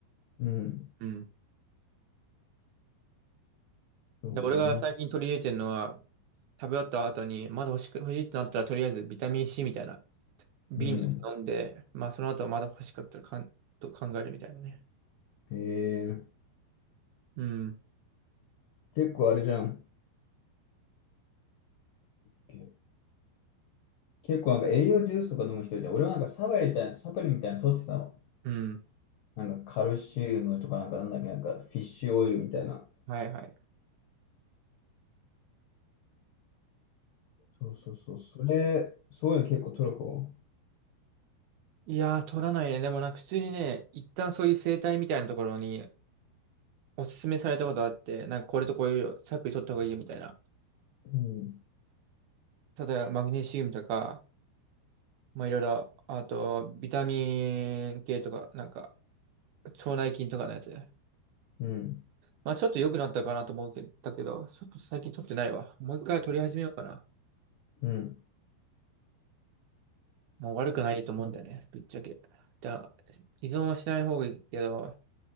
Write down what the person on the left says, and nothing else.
うん。うん
そうね。
うん。
えー、
結構あれじゃん。け結構なんか栄養ジュースとか飲む人じゃん。俺はなんかサプリみたいな、サプリみたいなの取ってたの。
なんかカルシウムとかなんかなんだっけ、なんかフィッシュオイルみたいな。
そうそうそう。それ、そういうの結構取る方。
うん。
うん。
うん。